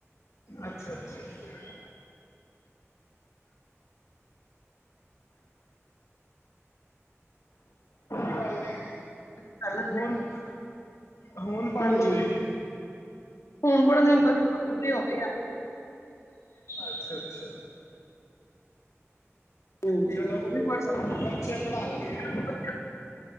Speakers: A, on the left; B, on the left.
A: ਅੱਛਾ, ਅੱਛਾ, ਅੱਛਾ ਗੱਲ ਏ
B: ਕਰ ਲੈਣ
A: ਹੁਣ, ਹੁਣ ਪੜ੍ਹ
B: ਹਾਂਜੀ
A: ਲਓ ਜੀ।
B: ਹੁਣ ਪੜਨ ਦੀ ਉਮਰ ਕਿਥੇ, ਬੁੱਢੇ ਹੋ ਗਏ ਆ।
A: ਅੱਛਾ, ਅੱਛਾ।
B: ਹਾਂਜੀ
A: ਚਲੋ,
B: ਉਹ ਵੀ ਪੜ੍ਹ
A: ਬੱਚੇ ਪੜ੍ਹਾ ਲੈਣਗੇ ਜੀ
B: ਸਕਦੇ
A: ਤੁਹਾਨੂੰ।